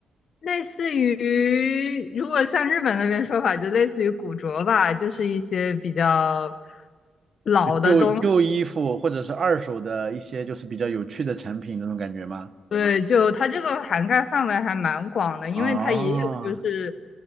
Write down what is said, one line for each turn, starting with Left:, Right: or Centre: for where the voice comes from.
Left: 类似于，如果像日本那边说法，就类似于古着吧，就是一些比较老的东西，
Right: 就旧旧衣服或者是二手的一些就是比较有趣的产品那种感觉吗？
Left: 对，就它这个涵盖范围还蛮广的，因为它也有就是，
Right: 啊，